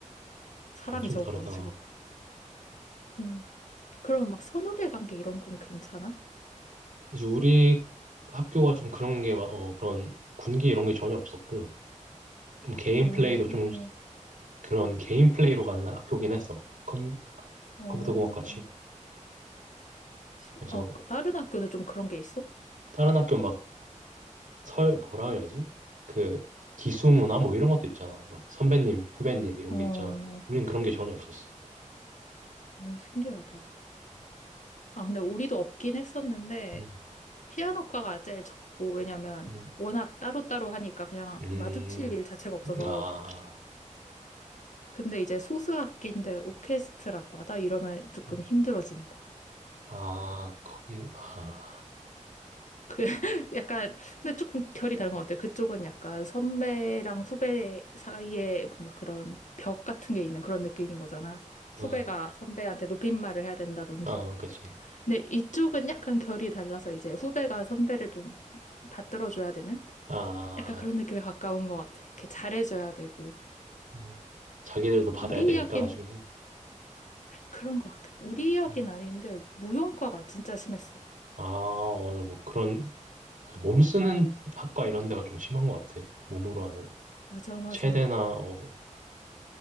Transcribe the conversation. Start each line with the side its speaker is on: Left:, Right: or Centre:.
Left: 사람이
Right: 완전
Left: 적어가지고.
Right: 다르다.
Left: 음. 그럼 막 선후배 관계 이런 건 괜찮아?
Right: 그치, 우리 학교가 좀 그런 게, 마- 어, 그런 군기 이런 게 전혀 없었고, 좀 개인
Left: 어,
Right: 플레이도 좀 그런 개인 플레이로 가는 학교긴 했어. 컴,
Left: 어.
Right: 컴퓨터 공학과 치고.
Left: 신-
Right: 그래서
Left: 어, 그 다른 학교는 좀 그런 게 있어?
Right: 다른 학교 막 설, 뭐라 그래야지? 그 기수문화 뭐 이런 것도 있잖아. 막 선배님, 후배님 이런
Left: 어,
Right: 게 있잖아. 우린 그런 게 전혀 없었어.
Left: 어, 신기하다. 아, 근데 우리도 없긴 했었는데,
Right: 음,
Left: 피아노과가 제일 적고, 왜냐면
Right: 음,
Left: 워낙 따로따로 하니까 그냥
Right: 음,
Left: 마주칠 일 자체가 없어서
Right: 아,
Left: 근데 이제 소수악기인데 오케스트라과다 이러면 조금
Right: 음,
Left: 힘들어지는 거.
Right: 아, 거기, 아,
Left: 그 <laughs> 약간 근데 조금 결이 다른 것 같아요. 그쪽은 약간 선배랑 후배 사이에 뭔가 그런 벽 같은 게 있는 그런 느낌인 거잖아.
Right: 어.
Left: 후배가 선배한테 높임말을 해야 된다든지.
Right: 아, 그치.
Left: 근데 이쪽은 약간 결이 달라서 이제 후배가 선배를 좀 받들어줘야 되는
Right: 아,
Left: 약간 그런 느낌에 가까운 것 같아. 이렇게 잘해줘야 되고.
Right: 음, 자기들도 받아야
Left: 우리
Right: 되니까
Left: 이야기는
Right: 나중에.
Left: 그런 것 같아. 우리 이야기는
Right: 음.
Left: 아닌데 무용과가 진짜 심했어.
Right: 아, 맞아. 뭐 그런 맞아. 몸 쓰는 학과 이런 데가 좀 심한 것 같아. 몸으로 하는
Left: 맞아, 맞아.
Right: 체대나 어,